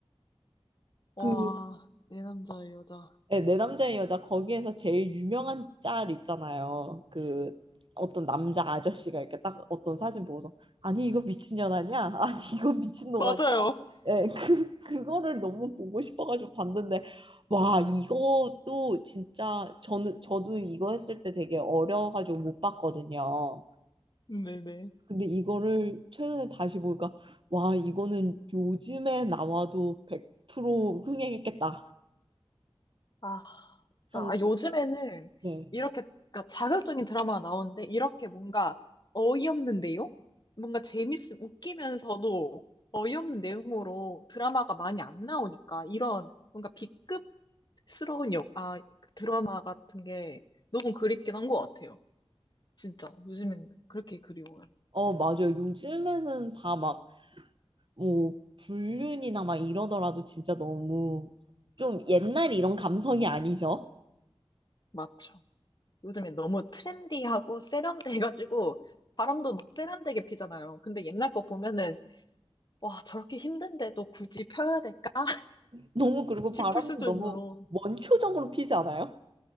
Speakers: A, on the left; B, on the right.
A: 와,
B: 그
A: 내 남자 의 여자
B: 네, 내 남자의 여자 거기에서 제일 유명한 짤 있잖아요. 그 어떤 남자 아저씨가 이렇게 딱 어떤 사진 보고서 아니 이거 미친년 아니야? 아니 이거 미친놈
A: 맞아요
B: 예, 그, 그거를 너무 보고 싶어가지고 봤는데, 와, 이것도 진짜, 저는, 저도 이거 했을 때 되게 어려워가지고 못 봤거든요.
A: 네네
B: 근데 이거를 최근에 다시 보니까, 와, 이거는 요즘에 나와도 100% 흥행했겠다
A: 아, 진짜.
B: 하는,
A: 아, 요즘에는
B: 네.
A: 이렇게, 그러니까 자극적인 드라마가 나오는데, 이렇게 뭔가 어이없는 내용? 뭔가 재밌, 웃기면서도 어이없는 내용으로 드라마가 많이 안 나오니까, 이런 뭔가 B급스러운 역, 아, 그 드라마 같은 게 너무 그립긴 한 것 같아요. 진짜. 요즘엔 그렇게 그리워요.
B: 어, 맞아요. 요즘에는 다 막, 뭐, 불륜이나 막 이러더라도 진짜 너무 좀 옛날 이런 감성이 아니죠?
A: 맞죠. 요즘엔 너무 트렌디하고 세련돼가지고, 바람도 막 세련되게 피잖아요. 근데 옛날 거 보면은, 와, 저렇게 힘든데도 굳이 펴야 될까? <laughs>
B: 너무 그리고
A: 싶을
B: 바람도
A: 수준으로.
B: 너무 원초적으로 피지 않아요?